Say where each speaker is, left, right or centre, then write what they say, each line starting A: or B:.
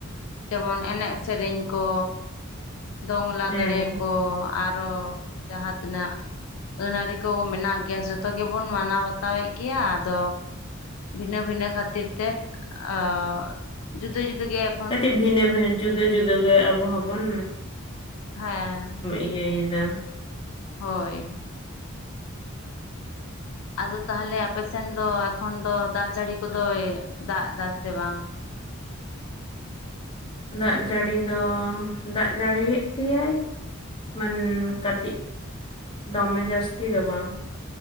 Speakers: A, on the left (about 75°); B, on the left (about 25°).
A: ᱡᱮᱢᱚᱱ ᱮᱱᱮᱡ ᱥᱮᱨᱮᱧ ᱠᱚ ᱫᱚᱝ ᱞᱟᱜᱽᱬᱮ
B: ᱦᱮᱸ
A: ᱠᱚ ᱟᱨᱚ ᱡᱟᱦᱟᱸ ᱛᱤᱱᱟᱹᱜ ᱟᱹᱱ ᱟᱹᱨᱤ ᱠᱚ ᱢᱮᱱᱟᱜ ᱜᱮᱭᱟ ᱡᱚᱛᱚ ᱜᱮᱵᱚᱱ ᱢᱟᱱᱟᱣ ᱵᱟᱛᱟᱣᱮᱫ ᱜᱮᱭᱟ ᱟᱫᱚ ᱵᱷᱤᱱᱟᱹ ᱵᱷᱤᱱᱟᱹ ᱠᱷᱟᱹᱛᱤᱨ ᱛᱮ ᱚ ᱡᱩᱫᱟᱹ ᱡᱩᱫᱟᱹ ᱜᱮᱭᱟ
B: ᱠᱟᱹᱴᱤᱡ ᱵᱷᱤᱱᱟᱹ ᱵᱷᱤᱱᱟᱹ ᱡᱩᱫᱟᱹ ᱡᱩᱫ ᱫᱩᱜᱮ ᱟᱵᱚ ᱦᱚᱸᱵᱚᱱ
A: ᱦᱮᱸ
B: ᱤᱭᱟᱹᱭᱮᱫᱟ,
A: ᱦᱳᱭ ᱟᱫᱚ ᱛᱟᱦᱚᱞᱮ ᱟᱯᱮᱥᱮᱱ ᱫᱚ ᱮᱠᱷᱚᱱ ᱫᱚ ᱫᱟᱜ ᱡᱟᱹᱲᱤ ᱠᱚᱫᱚᱭ ᱫᱟᱜ ᱮᱫᱟ ᱥᱮ ᱵᱟᱝ?
B: ᱫᱟᱜ ᱡᱟᱹᱲᱤ ᱫᱚ ᱫᱟᱜ ᱡᱟᱹᱲᱤᱭᱮᱫ ᱜᱮᱭᱟᱭ ᱢᱟᱱ ᱠᱟᱹᱴᱤᱡ ᱫᱚᱢᱮ ᱡᱟᱹᱥᱛᱤ ᱫᱚ ᱵᱟᱝ